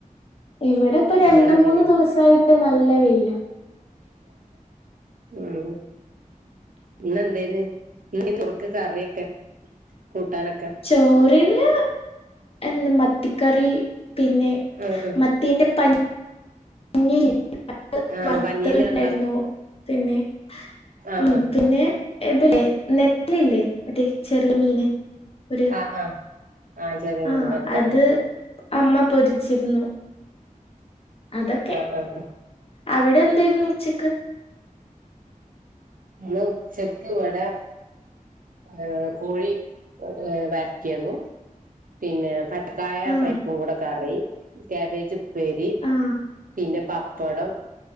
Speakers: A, on the left; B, on the right.
A: ഇവിടെ ഇപ്പൊ രണ്ട്,
B: ഇവിടെ അങ്ങനെയ
A: മൂന്ന് ദിവസായിട്ട് നല്ല വെയില.
B: മ്. ഇന്ന്എന്തേര്ന്ന്. ഇന്ന് എന്തേര്ന്ന് ചോർ ക്. കറിയൊക്കെ കൂട്ടാനൊക്കെ
A: ചോറിന്. എന്ന്. മത്തിക്കറി പിന്നെ.
B: ആഹ്
A: ഹ്.
B: ആഹ്
A: മത്തീന്റെ പ. പഞ്ഞീല്ല്യ <unintelligible>
B: ആഹ്
A: വർത്തണ്ടായിരുന്നു
B: പഞ്ഞീനുള്ള
A: പിന്നെ.
B: ആഹ്
A: ഉം.
B: ആഹ്
A: പിന്നെ ഇതിലേ. നെതലില്ലേ. മറ്റേ ചെറിയ മീന് ഒരു
B: ആഹ, ആഹ്, ചെറിയ
A: ആ
B: മീൻ മെത്തള്
A: അത് അമ്മ പൊരിച്ചിരുന്നു. അതൊക്കെ.
B: ആഹ് ആഹ്
A: അവിടെന്തെര് ന്ന്. ഉച്ചക്ക്
B: ഇന്ന്ച്ചെക്ക്. വെടെ ഏ, കോഴി. ഹ്. വെർട്ടിയെതും പിന്നേം. പച്ചക്കായ.
A: ആ
B: പരിപ്പും. കൂടെ. കറി കാബേജ്. പ്പ് പ്പേരി.
A: ആ
B: പിന്നെ. പപ്പടം.